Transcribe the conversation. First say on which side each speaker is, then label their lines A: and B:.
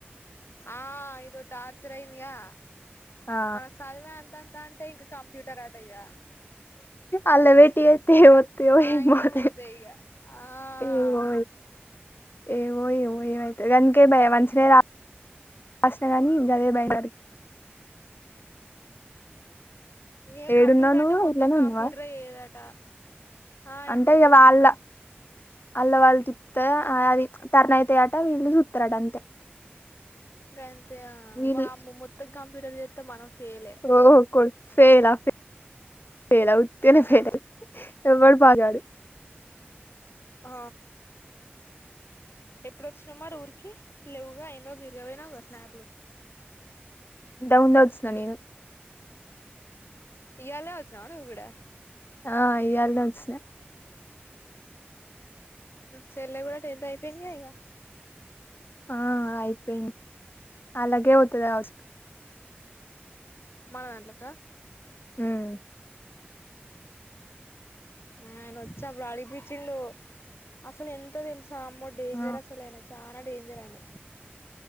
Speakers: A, on the left; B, on the left.
A: ఆ ఇదో టార్చర్ అయిందిగా
B: ఆ
A: మన చదివె అంతంత అంటే ఇంక కంప్యూటర్ ఆట ఇగ
B: అల్ల బెట్టి చేత్
A: అక్క
B: ఎమోత్తయో
A: ఆ
B: ఏమో
A: ఇంత పోతాయి
B: తెలియాద్
A: ఇగ ఆ
B: ఏమో ఏవో ఏవో ఏమైతదిగని గందుకే భయం మంచినె రా రాసినా కాని ఇంకా అదే భయం
A: ఏ
B: ఏడున్నావు
A: కంప్యూటర్ అంటే
B: నువ్వు
A: మొత్తం
B: ఇట్లనే
A: కంప్యూటరే
B: ఉన్నావా
A: చెయ్యదట హా ఇంటి
B: అంటే
A: దగ్గరనే
B: ఇగ వాళ్ళ
A: ఉన్నా
B: అల్ల వాళ్ళు తిప్తరూ అది టర్న్ అయితాయట వీళ్ళు చుట్టరాటా అంతే
A: గంతే
B: వీళ్ళు
A: వామ్మో మొత్తం కంప్యూటర్ చేస్త మనం ఫెయిల్
B: ఓహ ఫేలాే ఫేలా <unintelligible> ఉత్తిగనే ఫెయిల్ ఎవడు పాస్గాడు
A: ఆ ఎప్పుడు వచ్చినావు మరిఊరికి లేవుగా అయిన ఇన్ని రోజులు తిరిగపోయినావు. కథ స్నాప్
B: ఎంతకు ముందే వచ్చిన నేను
A: ఇవాళే వచ్చినవా నువ్వు కూడా
B: ఆ ఈయాలెనే వచ్చిన
A: చెల్లె కూడా టెంత్ అయిపోయిందిగా ఇక
B: ఆ అయిపోయింది. ఆన్లకే పోతాది కావచ్చు
A: మన దాంట్లక
B: ఉమ్
A: ఆయన వచ్చాప్పుడు అడిగోపిచుండు అసలు ఎంతో తెలుసా అమ్మ డేంజరస్
B: ఆ
A: అసలా ఆయన చాలా డేంజర్ అయినా